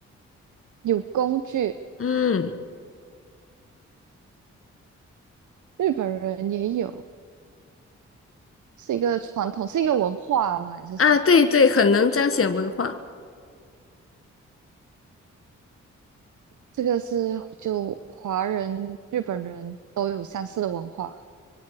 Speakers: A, on the right; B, on the left.
A: 有工具，
B: 嗯
A: 日本人也有，是一个传统，是一个文化吗？还是什么？
B: 啊，对对，很能彰显文化。
A: 这个是就华人、日本人都有相似的文化，